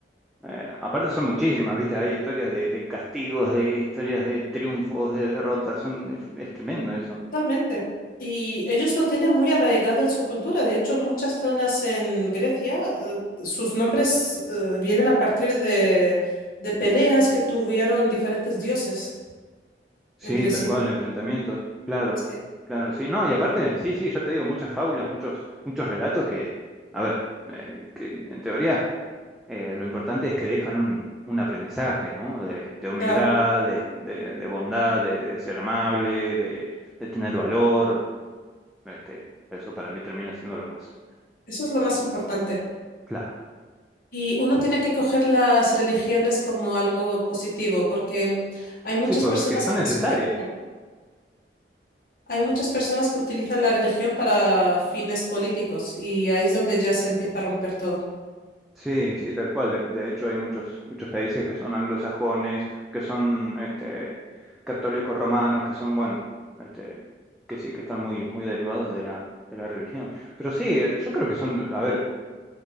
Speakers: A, in the centre; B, on the left.
A: eh, aparte son muchísimas, ¿viste? Hay historias de, de castigos, de historias de triunfos, de derrotas, son, es, es tremendo eso.
B: totalmente. Y ellos lo tienen muy arraigado en su cultura. De hecho, muchas zonas en Grecia, eh, sus nombres eh, vienen a partir de, de peleas que tuvieron diferentes dioses
A: Sí,
B: entre
A: tal
B: sí.
A: cual, enfrentamientos, claro,
B: Sí,
A: claro, sí, no, y aparte, sí, sí, ya te digo, muchas fábulas, muchos, muchos relatos que, a ver, eh, que en teoría eh, lo importante es que dejan un, un aprendizaje, ¿no? De, de humildad,
B: claro.
A: de, de- de bondad, de, de ser amable, de, de tener valor. Este, eso para mí termina siendo lo más
B: Eso es lo más importante.
A: claro.
B: Y uno tiene que coger las religiones como algo positivo, porque hay muchas
A: Sí, porque
B: personas
A: son
B: que
A: necesarias.
B: las utilizan. Hay muchas personas que utilizan la religión para fines políticos y ahí es donde ya se empieza a romper todo.
A: Sí, sí, tal cual. De, de hecho, hay muchos, muchos países que son anglosajones, que son este, católicos romanos, que son, bueno, este, que sí, que están muy, muy derivados de la, de la religión. Pero sí, yo creo que son, a ver,